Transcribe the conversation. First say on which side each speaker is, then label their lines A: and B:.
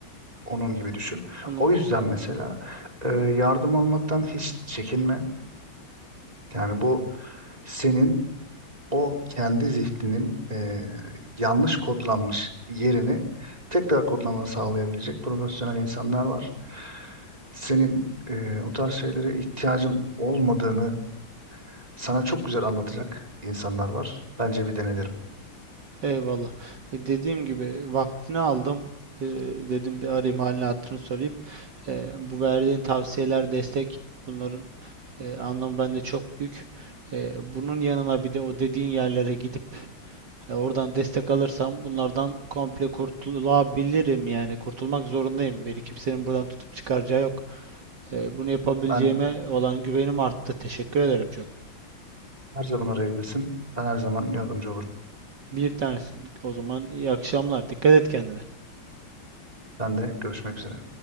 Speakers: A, on the right (about 20°); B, on the right (about 60°).
A: Onun gibi düşün.
B: Onu
A: O yüzden mesela e, yardım almaktan hiç çekinme. Yani bu senin o kendi zihninin e, yanlış kodlanmış yerini tekrar kodlamanı sağlayabilecek profesyonel insanlar var. Senin e, o tarz şeylere ihtiyacın olmadığını Sana çok güzel anlatacak insanlar var. Bence bir dene derim.
B: eyvallah. E, dediğim gibi vaktini aldım. E, dedim bir arayayım halini hatırını sorayım. E, bu verdiğin tavsiyeler, destek bunların e, anlamı bende çok büyük. E, bunun yanına bir de o dediğin yerlere gidip E, oradan destek alırsam bunlardan komple kurtulabilirim yani kurtulmak zorundayım. Beni kimsenin buradan tutup çıkaracağı yok. E, bunu yapabileceğime
A: Ben
B: olan güvenim arttı. Teşekkür ederim çok.
A: her zaman arayabilirsin. Ben her zaman yardımcı olurum.
B: Bir tanesin. O zaman iyi akşamlar. Dikkat et kendine.
A: Ben de görüşmek üzere.